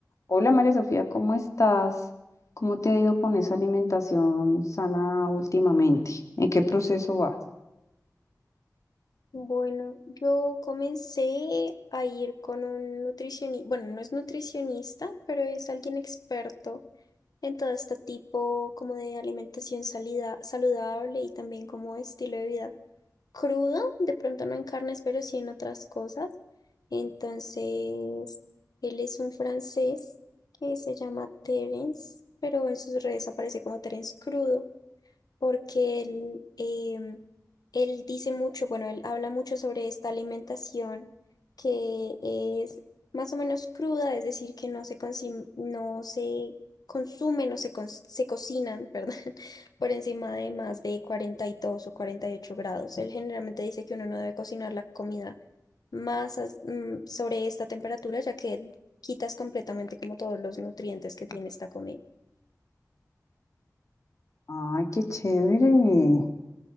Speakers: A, on the left (about 55°); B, on the left (about 75°).
A: Hola María Sofía, ¿cómo estás? ¿Cómo te ha ido con esa alimentación sana últimamente? ¿En qué proceso vas?
B: Bueno, yo comencé a ir con un nutricionista, bueno, no es nutricionista, pero es alguien experto en todo este tipo como de alimentación salida- saludable y también como estilo de vida crudo, de pronto no en carnes, pero sí en otras cosas. Entonces, él es un francés que se llama Terence, pero en sus redes aparece como Terence crudo porque él, em, él dice mucho, bueno, él habla mucho sobre esta alimentación que es más o menos cruda, es decir, que no se, consi- no se consume, no se, cons- se cocinan, <laughs> perdón, por encima de más de 42 o 48 grados. Él generalmente dice que uno no debe cocinar la comida más as- mm, sobre esta temperatura, ya que quitas completamente como todos los nutrientes que tiene esta comida.
A: Ay, qué chévere.